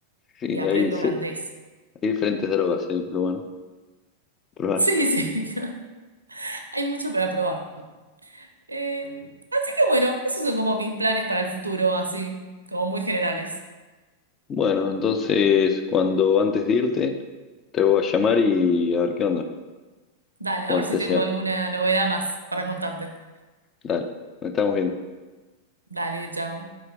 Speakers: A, on the left; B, on the right.
A: sí,
B: Y aprendo
A: hay, se-
B: holandés.
A: hay diferentes drogas ahí, pero bueno, probar.
B: Sí, sí. <laughs> Hay mucho para probar. Eh, así que bueno, esos son como mis planes para el futuro, así, como muy generales.
A: Bueno, entonces cuando antes de irte, te voy a llamar y a ver qué onda.
B: Dale,
A: Cuando
B: a ver si
A: te
B: tengo
A: llega.
B: alguna novedad más para contarte.
A: Dale, nos estamos viendo.
B: Dale, chao.